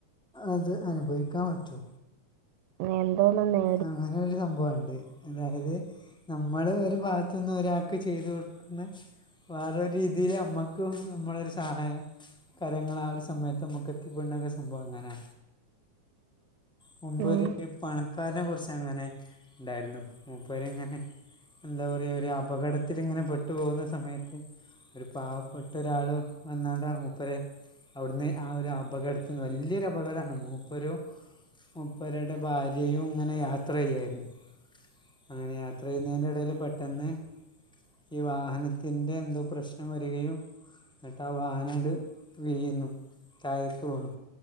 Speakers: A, in the centre; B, on the right.
A: അത് അനുഭവിക്കാപറ്റു
B: ഇനിന്തോനാന്നേ
A: അങ്ങനെ ഒരു സംഭവാരിക്കേ അതായത് നമ്മള് ഒരു ഭാഗത്തുനിന്ന് ഒരാൾക്ക് ചെയ്ത് കൊടുക്കുന്ന വേറൊരുതിയില് അമ്മക്കുംമ്മളൊരു സഹായ കരങ്ങൾ ആ ഒരു സമയത്ത് മ്മുക്ക് എത്തിപ്പെടുന്നക്കെ സംഭവങ്ങനെ
B: <inaudible>
A: മുമ്പൊരു
B: ഉം
A: പണക്കാരനെ കുറിച്ച് അങ്ങനെ ഉണ്ടായിരുന്നു മൂപ്പര് ഇങ്ങനെ എന്താ പറയാ ഒരു അപകടത്തിലിങ്ങനെ പെട്ടു പോകുന്ന സമയത്ത് ഒരു പാവപ്പെട്ടൊരാള് വന്നാണ്ടാണ് മൂപ്പര് അവിടുന്നെ ആ ഒരു അപകടത്തിന്ന് വല്യയൊരു അപകട മൂപ്പരു മൂപ്പരുടെ ഭാര്യയിങ്ങനെ യാ ത്ര യ്യായിരുന്നു അങ്ങനെ യാത്ര ചെയ്യുന്നതിനിടയിൽ പെട്ടെന്ന് ഈ വാഹനത്തിന്റെ എന്തോ പ്രശ്നം വരികയും എന്നിട്ട് ആ വാഹനങ്ങട് വീ്യുന്നു താഴേക്ക് പോണു